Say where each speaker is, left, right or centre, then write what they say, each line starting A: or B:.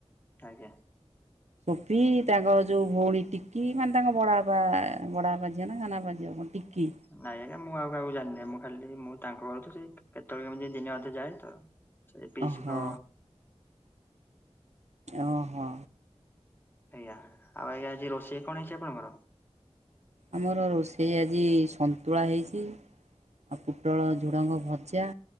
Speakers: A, on the left; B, on the right.
A: ଆଜ୍ଞା।
B: ସୋପି ତାଙ୍କ ଯଉ ଭଉଣୀ ଟିକି ମାନେ ତାଙ୍କ ବଡ଼ ବଡ଼ାବାପା ଝିଅ ନା ସାନା ବାପା ଝିଅ କଣ ଟିକି
A: ନାଇଁ ଆଜ୍ଞାଁ ଆଉ କାହାକୁା ଜାଣିନି ମୁଁ ଖାଲି ମୁଁ ତାଙ୍କ ଘର ସେ କେତେବେଳେ କେମିତି ଦିନେ ଅଧେ ଯାଏ ତ ସେ ପିଇସୀଙ୍କ
B: ଓହୋ ଓହୋ।
A: ଆଜ୍ଞା, ଆଉ ଆଜ୍ଞା ଆଜି ରୋଷେଇ କଣ ହେଇଚି ଆପଣଙ୍କର?
B: ଆମର ରୋଷେଇ ଆଜି ସନ୍ତୁଳା ହେଇଚି। ଆଉ ପୋଟଳ, ଝୁଡ଼ଙ୍ଗ ଭଜା